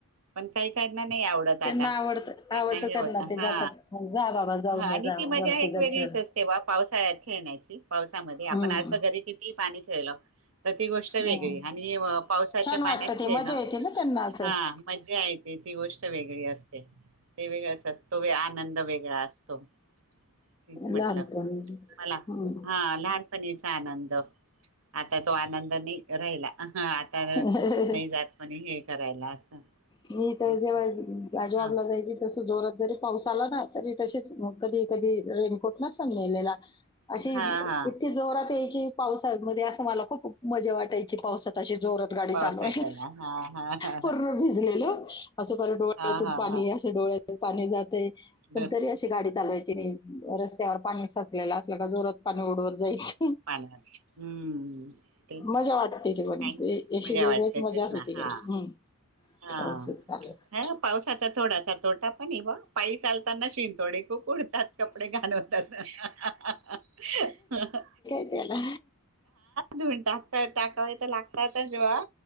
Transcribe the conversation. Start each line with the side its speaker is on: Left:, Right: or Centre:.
Right: पण काही काहीना नाही आवडत आता
Left: त्यांना आवडत आवडत
Right: हे
Left: त्यांना
Right: होत
Left: ते
Right: हा
Left: जातात जा बाबा जाऊन
Right: हा
Left: ये
Right: आणि
Left: जा
Right: ती मजा
Left: वरती
Right: एक वेगळीच
Left: गच्चीवर.
Right: असते बा पावसाळ्यात खेळण्याची पावसामध्ये आपण
Left: हम्म
Right: असं घरी किती ल <unintelligible> तर ती गोष्ट वेगळी
Left: हम्म.
Right: आणि पावसाच्या
Left: छान
Right: पाण्यात
Left: वाटतं ते
Right: खेळणं
Left: मजा येते ना त्यांना असं
Right: हा मजा येत ती गोष्ट वेगळी असते ते वेगळाच असतो आनंद वेगळा असतो तेच म्हटलं
Left: लहानपणी
Right: मला
Left: हम्म.
Right: हा लहान आधीचा आनंद आता तो आनंद नाही राहिला आता नाही
Left: ह ह
Right: जात म्हणे हे करायला असं
Left: मी तर
Right: तेच
Left: जेव्हा जॉब
Right: हा
Left: ला जायची तस जोरात बर पाऊस आला ना तरी तसे ग कधी कधी रेनकोट न सांग नेलेला अशी
Right: हा हा
Left: इतकी जोरात यायची पावसामध्ये असं मला खूप मजा वाटायची पावसात ते जोरात गाडी
Right: पाऊस
Left: चालू आहे
Right: त्याला हा हा हा
Left: पूर्ण
Right: हा
Left: भिजलेल असं करत डोळ्यातून
Right: हा हा
Left: पाणी
Right: हा
Left: असे डोळ्या पाणी जाते पण
Right: दच
Left: तरी अशी गाडी चालवाय रस्त्यावर पाणी साचलेलं असलं का जोरात पाणी ओढवर जाईल
Right: पा हम्म तेच ना
Left: मजा वाटते ते पण
Right: मजा
Left: ते अशी वेगळीच
Right: वाटतेतच
Left: मजा असते
Right: ना
Left: ती
Right: हा
Left: काही हम्म
Right: हा
Left: व्यवस्थित चाललंय
Right: हा पावसाचा थोडासा तोटा पण बा पाय चालताना शिंतोडे खूक उडतात कपडे घाण होतात हा हा हा
Left: ला
Right: धून टाकता टाकावे तर लागतातच वा